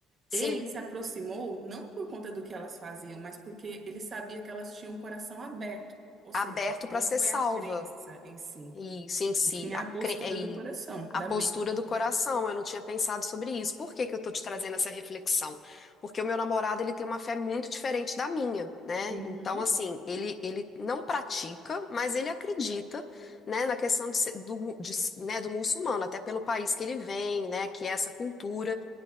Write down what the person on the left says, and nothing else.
sim,
aberto
para
ser
salva.
Isso em si,
a,
cre- e
a
postura
do coração. Eu não tinha pensado sobre isso. Por que que eu tô te trazendo essa reflexão? Porque o meu namorado, ele tem uma fé muito diferente da minha, né?
Então, assim, ele, ele não pratica, mas ele acredita, né, na questão de, ser- do, mu- de s- né, do muçulmano, até pelo país que ele vem, né, que é essa cultura.